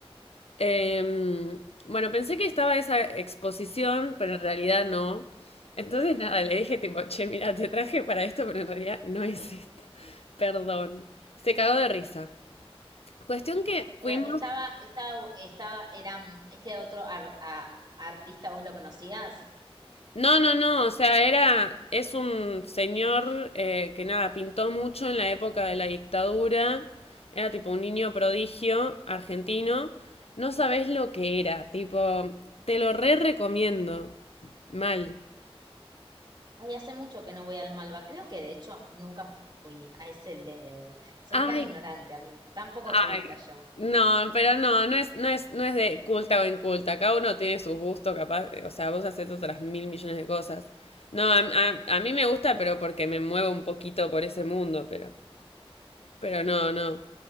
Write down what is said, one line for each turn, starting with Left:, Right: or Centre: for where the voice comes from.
Left: Em, bueno, pensé que estaba esa exposición, pero en realidad no. Entonces, nada, le dije tipo, che, mira, te traje para esto, pero en realidad no es esta. <laughs> Perdón. Se cagó de risa. Cuestión que fuimos...
Right: Pero estaba, estaba, estaba, era mm, este otro ar- a- artista, ¿vos lo conocías?
Left: No, no, no, o sea, era... Es un señor eh, que nada, pintó mucho en la época de la dictadura. Era tipo un niño prodigio argentino. No sabés lo que era, tipo, te lo re recomiendo. Mal.
Right: Ay, hace mucho que no voy al Malva. Creo que de hecho nunca fui a ese level. Soy
Left: Ay,
Right: tan ignorante, amiga, tan poco
Left: Ay,
Right: oculta yo.
Left: no, pero no, no es, no es, no es de culta o inculta. Cada uno tiene sus gustos, capaz. O sea, vos haces otras mil millones de cosas. No, a, a- a mí me gusta, pero porque me muevo un poquito por ese mundo, pero, pero no, no.